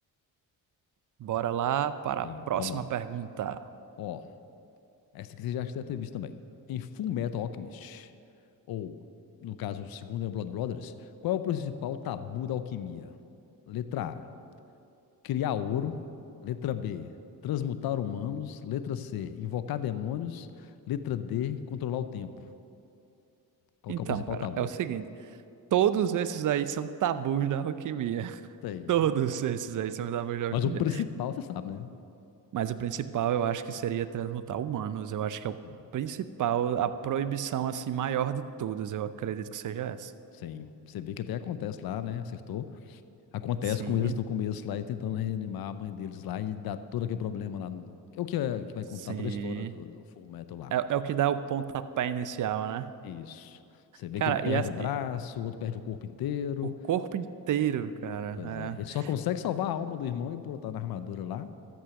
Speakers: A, on the right (about 55°); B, on the left (about 65°).
A: Bora lá para
B: E
A: a próxima
B: vamos lá.
A: pergunta.
B: Ó, essa aqui você já deve ter visto também. Em Full Metal Alchemist, ou, no caso, o segundo é Blood Brothers, qual é o principal tabu da alquimia? Letra A, criar ouro. Letra B, transmutar humanos. Letra C, invocar demônios. Letra D, controlar o tempo. Qual
A: Então,
B: que é o principal
A: cara,
B: tabu?
A: é o seguinte: todos esses aí são tabus da alquimia. <laughs>
B: Tem.
A: Todos esses aí são tabus da alquimia.
B: Mas o principal você sabe, né?
A: Mas o principal eu acho que seria transmutar humanos. Eu acho que é o
B: Tem.
A: principal, a proibição assim maior de todas. Eu acredito que seja essa.
B: Sim. Você vê que até acontece lá, né? Acertou. Acontece
A: Sim,
B: com eles no começo lá e tentando reanimar a mãe deles lá e dá todo aquele problema lá. no- É o que, é- que vai
A: sim.
B: contar toda a história do, do Full Metal lá.
A: É, é o que dá o pontapé inicial, né?
B: Isso. Você vê
A: Cara,
B: que ele perde
A: e, as-
B: o braço,
A: e
B: o outro perde o corpo inteiro.
A: o corpo inteiro, cara.
B: Pois é. Ele
A: É,
B: só consegue salvar a alma do irmão e botar na armadura lá.